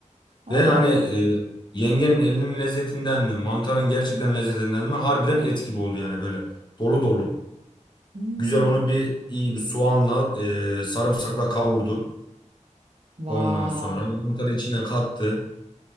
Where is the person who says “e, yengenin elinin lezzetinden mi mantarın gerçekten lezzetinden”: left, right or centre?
Left